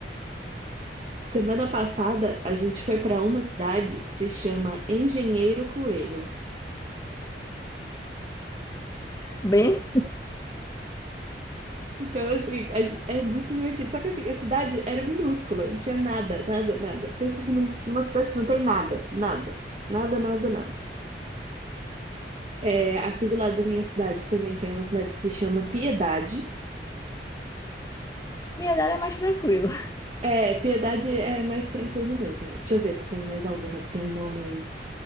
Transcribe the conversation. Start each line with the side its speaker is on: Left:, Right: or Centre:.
Right: Semana passada, a gente foi para uma cidade que se chama Engenheiro Coelho.
Left: Bem,
Right: Então, assim, a é muito divertido. Só que, assim, a cidade era minúscula, não tinha nada, nada, nada. Pensa que não, numa cidade que não tem nada, nada, nada, nada, nada. É, aqui do lado da minha cidade também tem uma cidade que se chama Piedade.
Left: Piedade é mais tranquilo.
Right: É, Piedade é mais tranquilo mesmo. Deixa eu ver se tem mais alguma que tem um nome